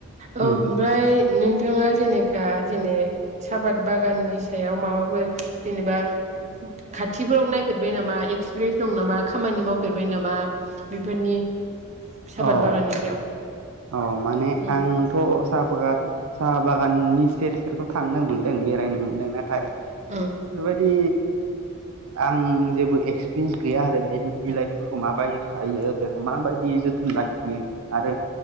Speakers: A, on the right; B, on the right.
A: ओ ओमफ्राय
B: उम
A: नोंथाङा जेनेखा जेने साबाद बागाननि सायाव माबाफोर जेनेबा खाथिफोराव नायफेरबाय नामा एक्सपिरिन्स दं नामा खामानि मावफेरबाय नामा बेफोरनि सपात
B: अ
A: बागाननि सायाव।
B: अ माने
A: उम
B: आंथ' साहाफात साहा बागाननि सेर सेरथ' थांनो मोन्दों बेरायनो मोनदों नाथाय
A: ओम
B: बेफोरबायदि आं जेबो एक्सपिरियेन्स गैया आरो बिनि बिलाइ फोरखौ माबायदि हायो बेखौ माबायदि जोथोन लाखियो आरो